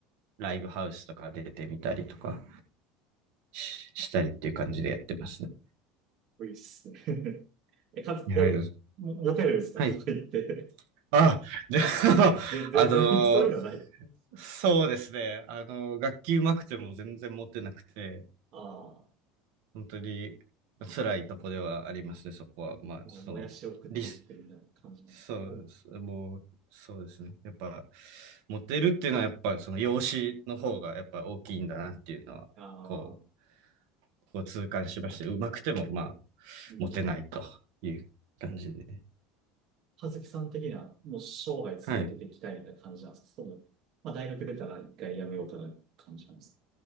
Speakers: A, on the right (about 60°); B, on the right (about 40°).
A: ライブハウスとか出てみたりとかし、したりっていう感じでやってますね。
B: いいっすね。<laughs> え、かつ、
A: はい。
B: え、モモテるんですかとか言って。
A: はい。あ、じゃあ、<laughs>
B: で、全然そういうのはない。
A: あのーそうですね。あのー楽器上手くても全然持ってなくて、
B: ああ、
A: 本当に辛いとこではありますね、そこは。まあ、
B: もうもやしを食って生きてるみたいな感じなんですけどね。
A: その、リス、そうですね。もう、そうですね。やっぱ、モテるっていうのは、やっぱ、その容姿の方が、やっぱ大きいんだなっていうのは、
B: ああ、
A: こう、こう痛感しまして、うまくても、まあ、
B: うん。
A: モテないという感じで。
B: 葉月さん的には、もう生涯続けていきたいみたいな感じなんですかその、
A: はい。
B: まあ大学出たら一回辞めようかなって感じなんですか